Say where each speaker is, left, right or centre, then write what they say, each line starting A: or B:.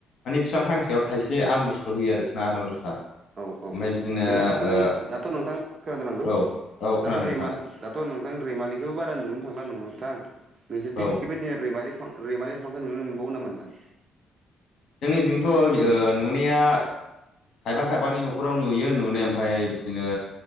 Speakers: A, on the left; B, on the right.
A: माने बिफां फांसेयाव थाइसे आनजल' होयो आरोखि ना आनारसआ
B: नंगौ औ औ औ
A: ओमफ्राय बिदिनो
B: नोंथां दाथ'
A: ओ
B: जो दाथ' नोंथां खोनादों <unintelligible> नांदों
A: औ औ खोनादों
B: दाथ'
A: नोंथां
B: रिमान दाथ' नोंथां रैमालिखौबो बारा नुनो थांला नङ नोंथां नोंसोरथि
A: औ
B: बेबायदि रैमालि फिखौ नुनो मोनबावो नामा नोंथां?
A: जोंनिदिथ'ओ नुनाया खायफा खायफानि न'खराव नुयो नुनाय ओमफ्राय बिदिनो